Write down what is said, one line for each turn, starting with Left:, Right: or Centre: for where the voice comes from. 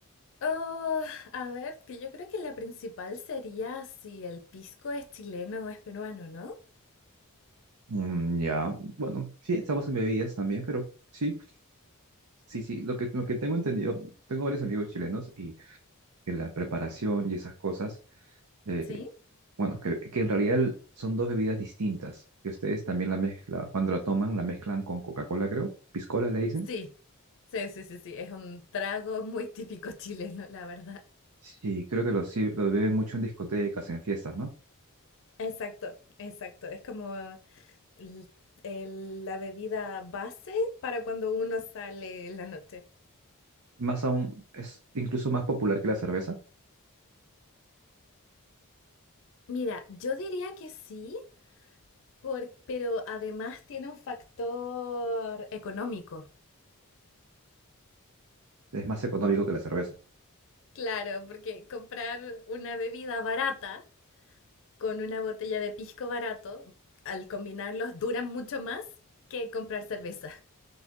Left: Oh, a ver, que yo creo que la principal sería si el pisco es chileno o es peruano, ¿no?
Right: Mm, ya, bueno, sí, estamos en bebidas también, pero sí, sí, sí. Lo que, lo que tengo entendido, tengo varios amigos chilenos y que la preparación y esas cosas eh,
Left: ¿Sí?
Right: Bueno, que, que en realidad el- son dos bebidas distintas, que ustedes también la mezcla, cuando la toman, la mezclan con Coca-Cola, creo. Piscola le dicen.
Left: Sí, sí, sí, sí, sí, es un trago muy típico chileno, la verdad.
Right: Sí, creo que lo, sí, lo beben mucho en discotecas, en fiestas, ¿no?
Left: Exacto, exacto. Es como el- el- la bebida base para cuando uno sale en la noche.
Right: Más aún, es incluso más popular que la cerveza.
Left: Mira, yo diría que sí, por- pero además tiene un factor económico.
Right: Es más económico que la cerveza.
Left: Claro, porque comprar una bebida barata con una botella de pisco barato, al combinarlos duran mucho más que comprar cerveza.